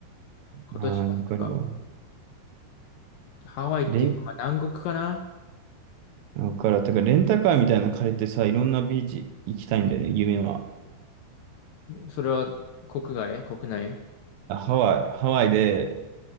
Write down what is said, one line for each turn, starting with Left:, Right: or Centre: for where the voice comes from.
Left: 今年末とか。
Right: うん。ああ、わかるわ。
Left: ハワイっていうか、
Right: レン、
Left: まあ南国かな
Right: わかるわ。てか、レンタカーみたいなの借りてさ、いろんなビーチ行きたいんだよね、夢は。
Left: それは国外国内
Right: あハワイ、ハワイで、